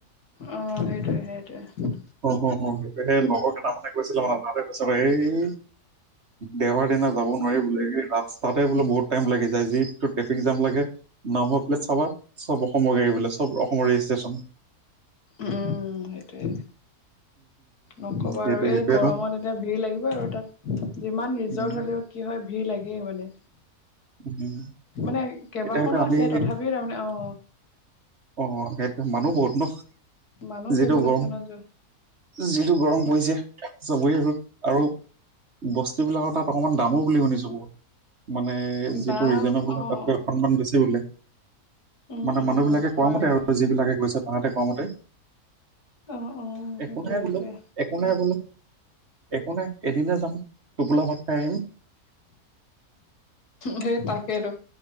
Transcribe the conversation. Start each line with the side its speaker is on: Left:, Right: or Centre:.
Left: অঁ সেইটোৱে সেইটোৱে
Right: অ হ হ সেই লগৰ কেইটামানে কৈছিলে মানে তাতে কৈছে এই দেওবাৰ দিনা যাব নোৱাৰি বোলে এই ৰাস্তাতে বোলে বহুত- টাইম লাগি যায় যিটো ট্ৰেফিক জাম লাগে নাম বাৰ পেলেট চাবা চব অসমৰ গাড়ী বোলে চব- মোৰ ৰেছটেছন
Left: উম সেইটোৱে নকব
Right: সেইটোৱে
Left: আৰু এই
Right: সেইটোৱে
Left: গৰমত
Right: ন
Left: এতিয়া ভিৰ লাগিব আৰু তাত যিমান ৰিজৰ্ট
Right: উম
Left: হ'লেও কি হয় ভিৰ লাগেই মানে।
Right: উম
Left: মানে কেইবাখনো
Right: এতিয়া সেইটো আমি
Left: আছে তথাপিও তাৰমানে অ
Right: অ সেইটো মানুহ বহুত ন
Left: মানুহ
Right: যিতু
Left: বহুত
Right: গৰম।
Left: আছে ন যোৱা
Right: যিতো গৰম পৰিছে যাবই আৰু বস্তুবিলাকৰ তাত অকণমান দামো বুলি শুনিছোঁ ব মানে যিটো
Left: দাম
Right: ৰিজনেবল
Left: অঁ
Right: হয় তাতকৈ
Left: অঁ
Right: অকনমান বেছি বোলে
Left: উম
Right: মানে
Left: উম
Right: মানুহবিলাকে
Left: হয়
Right: কোৱা মতে
Left: হয়
Right: আৰু যিবিলাকে কৈছে তাহাঁতে কোৱা মতে
Left: অঁ অঁ সেইটোৱে
Right: একো নাই
Left: সেইটোৱে
Right: বোলে একো নাই বোলে একো নাই এদিনে যাম টোপোলা ভাত খাই আহিম
Left: সেই তাকে তো